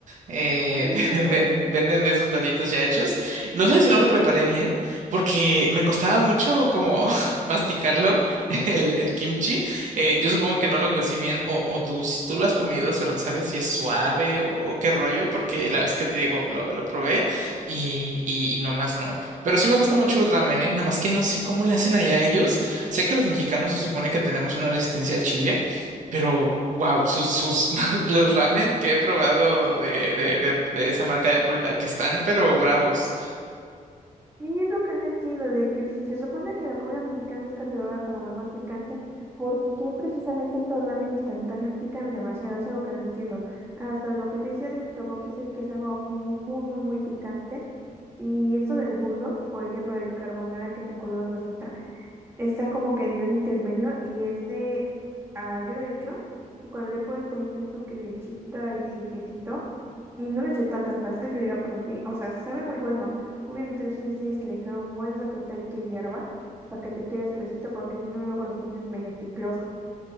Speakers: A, on the right; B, on the right.
A: eh,
B: Ujú.
A: <laughs> ven- venden de esos platitos ya hechos. No sé si no lo preparé bien, porque me costaba mucho como <laughs> masticarlo <laughs> el, el kimchi. Eh, yo supongo que no lo cocí bien, o, o tú, si tú lo has comido, se re- sabes si es suave o, o qué rollo, porque la vez que te digo, lo, lo probé y, y, y nomás no. Pero sí me gusta mucho el ramen, ¿eh? Nada más que no sé cómo le hacen allá ellos. Sé que los mexicanos se supone que tenemos una resistencia al chile. Pero, wow, sus, sus, <laughs> los ramen que he probado de, de, de, de esa marca de Bulldog que están, pero bravos.
B: Sí, es lo que no entiendo de que si se supone que la comida mexicana es catalogada como la más picante, ¿por qué precisamente todos los ramen instantáneos pican demasiado? Es algo que no entiendo. Hasta lo que te decía del tteokbokki se ve que es algo muy, muy, muy picante. Y esto del bulldog, por ejemplo, del carbonara que es el color rosita. está como que a nivel intermedio y ese ah, yo lo he hecho y cuando le pones por ejemplo que lechita y quesito y no le eché tanta salsa, yo ya lo aprendí, o sea, sabe muy bueno. Obviamente los chiles tienes que dejar un buen ratote ahí que hierva para que te quede suavecito porque si no luego lo sientes medio chicloso.